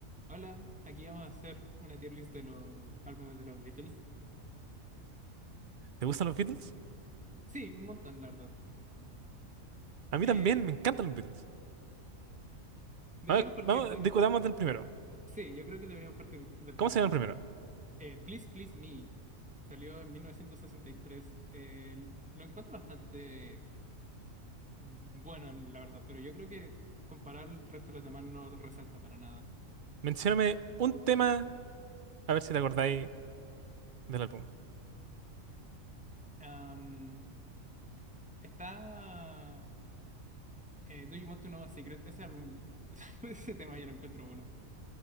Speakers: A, in the centre; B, on the right (about 55°).
A: Hola, aquí vamos a hacer una tier list de los álbumes de los Beatles.
B: ¿Te gustan los Beatles?
A: Sí, un montón, la verdad.
B: A mí
A: Eh,
B: también, me encantan los Beatles.
A: deberíamos
B: A ver,
A: partir
B: vamos,
A: de...
B: discutamos del primero.
A: Sí, yo creo que deberíamos partir del
B: ¿Cómo
A: primero.
B: se llama el primero?
A: Eh, Please Please Me salió en 1963. Eh, lo encuentro bastante bueno, la verdad, pero yo creo que comparar el resto de los demás no resalta para nada.
B: Mencióname un tema, a ver si te acordáis del álbum.
A: Am, está... eh, Do You Want to Know a Secret? Ese álbum, <laughs> ese tema yo lo encuentro bueno.